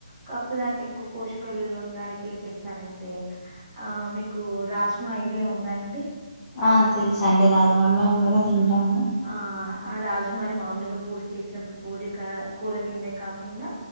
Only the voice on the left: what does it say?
ఆ తెల్సండి రాజ్మ మేము కూడా తింటాము.